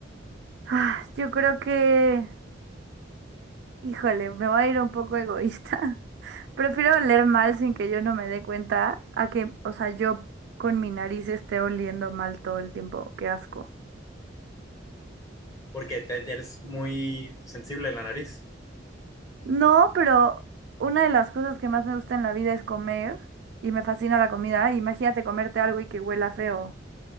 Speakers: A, on the right (about 60°); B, on the left (about 20°).
A: Ah, yo creo que, híjole, me voy a ir un poco egoísta. <laughs> Prefiero oler mal sin que yo no me dé cuenta a que, o sea, yo con mi nariz esté oliendo mal todo el tiempo. Qué asco.
B: porque te- eres muy sensible a la nariz.
A: No, pero una de las cosas que más me gusta en la vida es comer y me fascina la comida. Imagínate comerte algo y que huela feo.